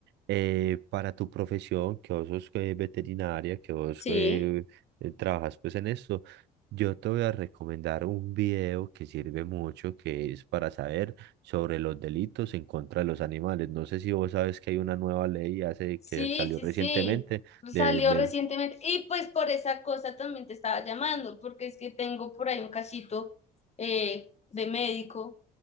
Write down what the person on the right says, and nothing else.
eh, para tu profesión, que vos sos eh, veterinaria, que vos
eh, eh, trabajas pues en esto, yo te voy a recomendar un video que sirve mucho, que es para saber sobre los delitos en contra de los animales. No sé si vos sabes que hay una nueva ley hace,
que salió
recientemente
de,
del...